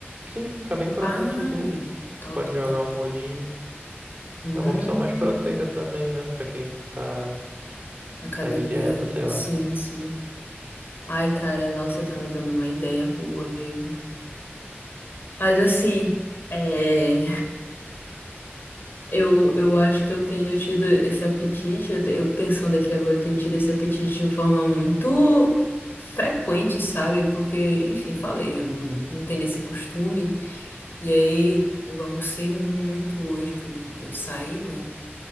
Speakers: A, on the right (about 40°); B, on the left (about 60°).
A: Sim, fica bem crocantezinho.
B: Ai, top,
A: Pode jogar
B: top.
A: um molhinho.
B: Hum,
A: É uma opção mais proteica também, né? Pra quem tá,
B: academia,
A: tá de dieta,
B: né?
A: sei lá.
B: Sim, sim. Ai, cara, nossa, tá me dando uma ideia boa mesmo. Mas assim, é, eu, eu acho que eu tenho tido esse apetite, eu, te- eu pensando aqui agora, eu tenho tido esse apetite de forma muito frequente, sabe? Porque, enfim, falei, eu não, não tenho esse costume. E aí, eu almocei muito hoje, que eu, eu saí, né?